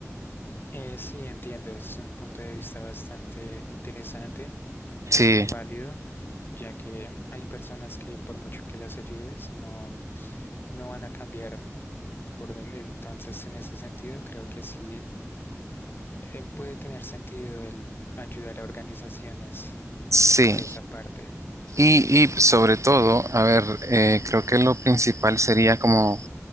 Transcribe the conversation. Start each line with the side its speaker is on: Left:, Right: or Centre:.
Left: Eh, sí, entiendo, es un punto de vista bastante interesante
Right: Sí,
Left: y válido, ya que hay personas que por mucho que las ayudes, no, no van a cambiar. Por en- entonces, en ese sentido, creo que sí. Eh, puede tener sentido el ayudar a organizaciones
Right: sí.
Left: por esa parte.
Right: Y, y sobre todo, a ver, eh, creo que lo principal sería como